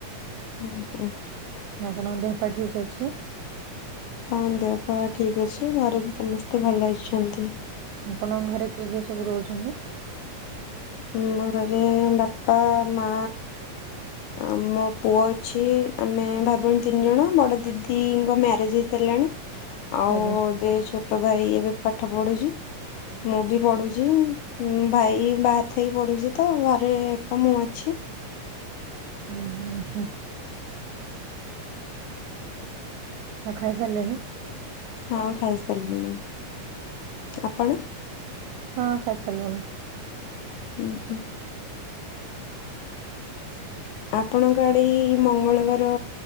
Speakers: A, on the left; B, on the right.
A: <unintelligible>
B: ଆପଣଙ୍କ ଦେହ ପା ଠିକ୍ ଅଛି?
A: ହଁ ଦେହ ପା ଠିକ୍ ଅଛି ଘରେ ବି ସମସ୍ତେ ଭଲ ଅଛନ୍ତି।
B: ଆପଣଙ୍କ ଘରେ କିଏ କିଏ ସବୁ ରୋହୁଛନି।
A: ଆମ ଘରେ ବାପା, ମା ଆମ ପୁଅ ଅଛି ଆମେ ଭାଇ ଭୋଉଣୀ ତିନି ଜଣ। ବଡ ଦିଦିଙ୍କ ମ୍ୟାରେଜ୍ ହେଇସାରିଲଣି ଆଉ
B: ଆଜ୍ଞା
A: ଦେଇ ଛୋ ଟୋ ଭାଇ ଏବେ ପାଠ ପଢୁଛି ମୁଁ ବି ପଢୁଛି ଉଁ ଭାଇ ବାହା ଥାଇକି ପଡୁଚି ତ ଘରେ ଏକା ମୁଁ ଅଛି।
B: <unintelligible> ଆଉ ଖାଇ ସାରିଲେଣି?
A: ହଁ ଖାଇ ସାରିଲିଣି ଆପଣ?
B: ହଁ ଖାଇ ସାରଲୁଣି।
A: ଉଁହୁଁ।
B: <inaudible>
A: ଆପଣଙ୍କ ଆଡେ ଏଇ ମଙ୍ଗଳବାର